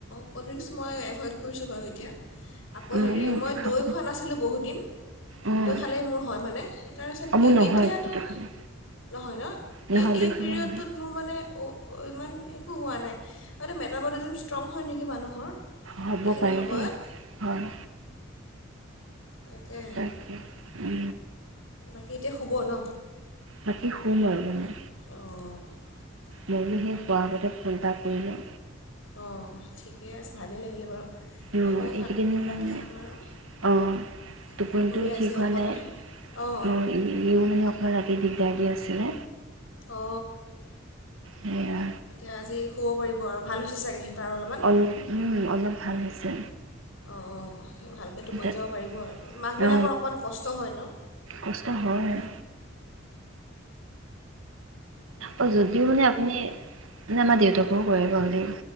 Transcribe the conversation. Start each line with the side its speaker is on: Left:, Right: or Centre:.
Left: ক'ল্ড ড্ৰিংকছ মই এভইড কৰিছোঁ বাৰু এতিয়া আকৌ
Right: অ'
Left: হেৰি
Right: মোৰ
Left: মই
Right: খাব
Left: দৈ খোৱা নাছিলোঁ বহুত দিন।
Right: অ'
Left: দৈ খালে মোৰ হয় মানে তাৰপিছত
Right: মোৰ নহয়
Left: এতিয়াতো
Right: সেইটো খালে
Left: নহয় ন
Right: নহয়
Left: এই এই
Right: দুইখনে
Left: পিৰিয়ডটোত
Right: নহয়
Left: মোৰ মানে অ ইমান একো হোৱা নাই আৰু মেটাবলিজিম ষ্ট্ৰং হয় নেকি মানুহৰ।
Right: হ'ব
Left: এইখিনি
Right: পাৰে
Left: সময়ত
Right: দেই হয়
Left: তাকে
Right: তাকে ই
Left: বাকী এতিয়া শুব ন।
Right: বাকী শুম আৰু মানে
Left: অ'
Right: মই নো সেই হোৱাৰ আগতে ফোন এটা কৰিলোঁ।
Left: অঁ ঠিকে আছে ভালেই লাগিলে বাৰু।
Right: অ
Left: এই ময়ো
Right: এইকেইদিন
Left: ভাত ভাত
Right: মানে
Left: খাম আৰু
Right: আহ।
Left: খাই
Right: টোপনিটোও
Left: কৰি আজি
Right: ঠিক হোৱা
Left: অকলেহে
Right: নাই
Left: অঁ
Right: অ ইও মানে অক ৰাতি দেৰি জাগি আছিলে।
Left: অ
Right: সেয়া
Left: এতিয়া আজি শুব পাৰিব আৰু ভাল হৈছে চাগে। তাৰ অলপমান
Right: অলপ উ অলপ ভাল হৈছে।
Left: অঁ অঁ ভালকৈ টোপনি
Right: তাত
Left: যাব পাৰিব আৰু মাকবিলাকৰ
Right: অ
Left: অকণমান কষ্ট হয় ন।
Right: কষ্ট হয় আৰু।
Left: অ।
Right: অ যদিও মানে আপুনি মানে আমাৰ দেউতাকো কৰে বাৰু দেই